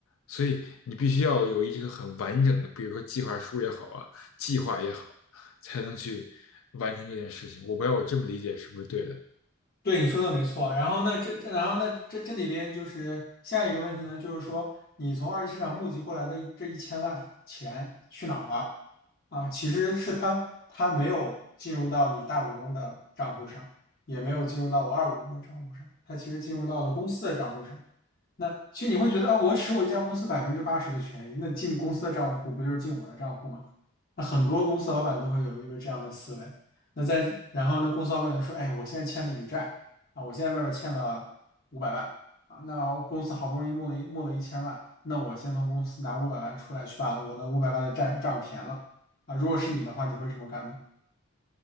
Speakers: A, on the left (about 70°); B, on the left (about 40°).
A: 所以你必须要有一个很完整的，比如说计划书也好啊，计划也好，才能去完成这件事情。我不知道我这么理解是不是对的？
B: 对，你说的没错。然后那这这，然后那这这里边就是下一个问题呢，就是说你从二级市场募集过来的这一千万钱去哪儿了啊？其实是它它没有进入到你大股东的账户上，也没有进入到我二股东的账户上，它其实进入到了公司的账户上。那其实你会觉得啊，我持有一家公司百分之八十的权益，那进公司的账户不就是进我的账户吗？那很多公司老板都会有一个这样的思维。那在然后呢，公司老板就说：“哎，我现在欠了一笔债啊，我现在外边欠了五百万啊，那我公司好不容易募了一募了一千万，那我先从公司拿五百万出来，去把我的五百万的债账填了啊。如果是你的话，你会这么干吗？